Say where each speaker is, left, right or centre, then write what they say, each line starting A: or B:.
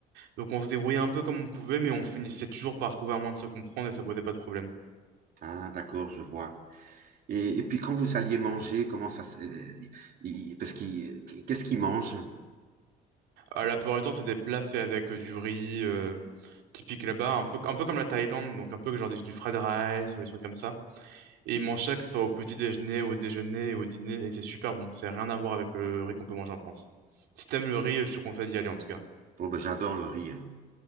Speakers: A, on the right (about 85°); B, on the right (about 60°).
A: Donc, on se débrouillait un peu comme on pouvait, mais on finissait toujours par trouver un moyen de se comprendre et ça posait pas de problème.
B: Ah d'accord, je vois. Et, et puis quand vous alliez manger, comment ça se- euh, il- parce qu'il qu'est-ce qu'ils mangent?
A: Euh, la plupart du temps, c'est des plats faits avec euh, du riz, euh, typique là-bas, un peu, un peu comme la Thaïlande, donc un peu genre des- du fried rice ou des trucs comme ça. Et ils mangent ça que ce soit au petit déjeuner, au déjeuner, au dîner, et c'est super bon. C'est rien à voir avec le riz qu'on peut manger en France. Si t'aimes le riz, je te conseille d'y aller en tout cas.
B: Oh, ben, j'adore le riz. hein.